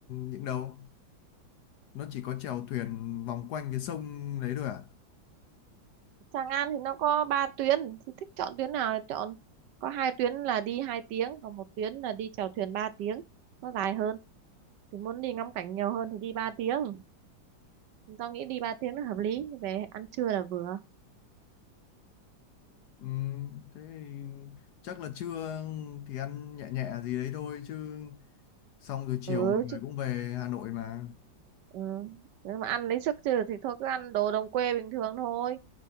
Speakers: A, on the left; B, on the right.
A: những đâu? Nó chỉ có chèo thuyền vòng quanh cái sông đấy thôi à?
B: Tràng An thì nó có ba tuyến thì thích chọn tuyến nào thì chọn có hai tuyến là đi hai tiếng còn một tuyến là đi chèo thuyền ba tiếng nó dài hơn thì muốn đi ngắm cảnh nhiều hơn thì đi ba tiếng tao nghĩ đi ba tiếng là hợp lý về ăn trưa là vừa
A: Ừm, thế thì chắc là trưa thì ăn nhẹ nhẹ gì đấy thôi chứ xong rồi chiều
B: ừ,
A: mọi người
B: chứ,
A: cũng về Hà Nội mà.
B: ừ. Nếu mà ăn lấy sức chứ thì thôi cứ ăn đồ đồng quê bình thường thôi